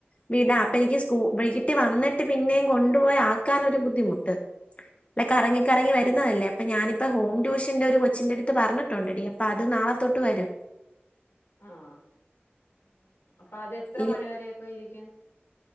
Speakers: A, on the left; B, on the left.
A: വീടാ. അപ്പൊ എനിക്ക് സ്കൂ വൈകിട്ട് വന്നിട്ട് പിന്നെയും കൊണ്ടുപോയി ആക്കാനൊരു ബുദ്ധിമുട്ട്.
B: <inaudible>
A: ല്ല കറങ്ങി കറങ്ങി വരുന്നതല്ലേ. അപ്പ ഞാനിപ്പ ഹോം
B: ആ
A: ട്യൂഷന്റെ ഒരു കൊച്ചിന്റെടുത്ത് പറഞ്ഞിട്ടുണ്ടടി അപ്പ അത് നാളത്തൊട്ട് വരും.
B: ആഹ് അപ്പൊ അതെത്ര
A: ഈ
B: മണിവരൊക്കെ ഇരിക്കും?